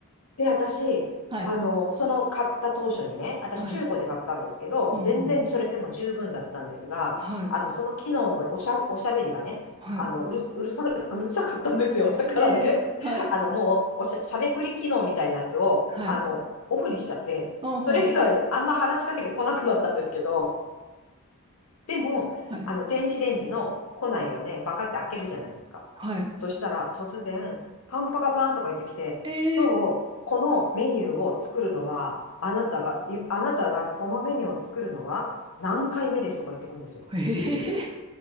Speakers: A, on the left (about 75°); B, on the right (about 20°).
A: で、私、
B: はい、
A: あの、その買った当初にね、私中古で買ったんですけど、
B: はい。うん、うんうんうん
A: 全然それでも十分だったんですが、
B: はい、
A: あの、その機能のおしゃ、おしゃべりがね、
B: はい。
A: あの、うるす、うるさ、うるさかったんですよ。だからね、
B: ええ、はい、
A: <laughs> あの、もう、おしゃ、しゃべくり機能みたいなやつを、
B: はい。
A: あの、オフにしちゃって、
B: ああ、
A: それ以外、
B: は
A: あんま話しかけてこなくなったんですけど、でも、
B: あ <laughs>。はい、
A: あの、電子レンジの庫内をね、バカって開けるじゃないですか。
B: はい。
A: そしたら、突然、パンパカパーンとか言ってきて、
B: ええ。
A: 今日、このメニューを作るのは、あなたが、いあなたがこのメニューを作るのは何回目ですとか言ってくるんですよ。
B: ええ、